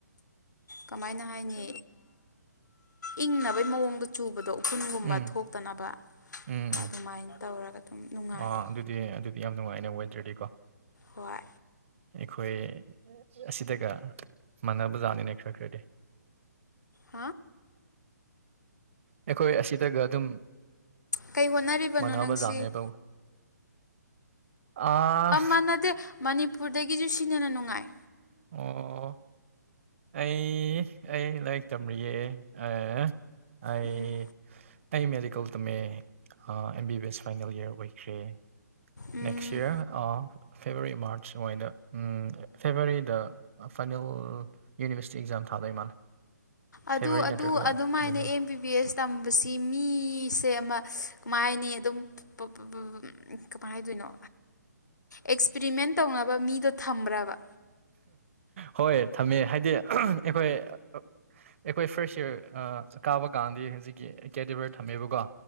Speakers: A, on the left; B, on the right.
A: ꯀꯃꯥꯏꯅ ꯍꯥꯏꯅꯤ ꯏꯪꯅꯕꯩ ꯃꯑꯣꯡꯗ ꯆꯨꯕꯗꯣ ꯎꯐꯨꯟꯒꯨꯝꯕ
B: ꯎꯝ
A: ꯊꯣꯛꯇꯅꯕ
B: ꯎꯝ ꯎꯝ
A: ꯑꯗꯨꯃꯥꯏꯅ ꯇꯧꯔꯒ ꯑꯗꯨꯝ ꯅꯨꯡꯉꯥꯏꯌꯦ
B: ꯑꯥ ꯑꯗꯨꯗꯤ ꯑꯗꯨꯗꯤ ꯌꯥꯝ ꯅꯨꯡꯉꯥꯏꯅꯦ ꯋꯦꯗꯔꯗꯦ ꯀꯣ
A: ꯍꯣꯏ
B: ꯑꯩꯈꯣꯏ ꯑꯁꯤꯗꯒ ꯃꯥꯟꯅꯕ ꯖꯥꯠꯅꯤꯅꯦ ꯈꯔ ꯈꯔꯗꯤ
A: ꯍꯥ
B: ꯑꯩꯈꯣꯏ ꯑꯁꯤꯗꯒ ꯑꯗꯨꯝ
A: ꯀꯩ ꯍꯣꯠꯅꯔꯤꯕꯅꯣ
B: ꯃꯥꯟꯅꯕ
A: ꯅꯪꯁꯤ
B: ꯖꯥꯠꯅꯦꯕ ꯑꯥ
A: ꯑꯝ ꯃꯥꯟꯅꯗꯦ ꯃꯅꯤꯄꯨꯔꯗꯒꯤꯖꯨ ꯁꯤꯅ‌ ꯍꯦꯟꯅ ꯅꯨꯡꯉꯥꯏ
B: ꯑꯣ ꯑꯩ ꯑꯩ ꯂꯥꯏꯔꯤꯛ ꯇꯝꯔꯤꯌꯦ ꯑ ꯑꯩ
A: ꯎꯝ
B: ꯑꯩ ꯃꯦꯗꯤꯀꯦꯜ ꯇꯝꯃꯦ ꯑ M B B S final year ꯑꯣꯏꯈ꯭ꯔꯦ
A: ꯎꯝ
B: ꯅꯦꯛꯁ ꯌꯔ ꯑ ꯐꯦꯕꯋꯥꯔꯤ ꯃꯥꯔꯆ ꯁ꯭ꯋꯥꯏꯗ ꯎꯝ ꯐꯦꯕꯋꯥꯔꯤꯗ ꯑ ꯐꯥꯏꯅꯦꯜ ꯑꯣꯔ ꯌꯨꯅꯤꯕꯔꯁꯤꯇꯤ ꯑꯦꯛꯖꯥꯝ ꯊꯥꯕꯩ ꯃꯥꯜꯂꯦ
A: ꯑꯗꯨ
B: ꯐꯦꯕꯋꯥꯔꯤ
A: ꯑꯗꯨ
B: ꯅꯠꯇ꯭ꯔꯒ
A: ꯑꯗꯨꯃꯥꯏꯅ
B: January
A: M B B S ꯇꯝꯕꯁꯤ ꯃꯤꯁꯦ ꯑꯃ ꯀꯃꯥꯏ ꯍꯥꯏꯅꯤ ꯑꯗꯨꯝ ꯄꯨ ꯄꯨ ꯕꯨ ꯕꯨꯝ ꯑꯝ ꯀꯃꯥꯏ ꯍꯥꯏꯗꯣꯏꯅꯣ ꯑꯦꯛꯁꯄ꯭ꯔꯤꯃꯦꯟ ꯇꯧꯅꯕ ꯃꯤꯗꯣ ꯊꯝꯕ꯭ꯔꯕ
B: ꯍꯣꯏ ꯊꯝꯃꯦ ꯍꯥꯏꯗꯤ ꯑꯩꯈꯣꯏ ꯑꯛ ꯑꯩꯈꯣꯏ ꯐ꯭ꯔꯥꯁ ꯏꯌꯔ ꯑ ꯀꯥꯕ ꯀꯥꯟꯗꯤ ꯍꯧꯖꯤꯛꯀꯤ ꯀꯦꯗꯤꯕꯔ ꯊꯝꯃꯦꯕꯀꯣ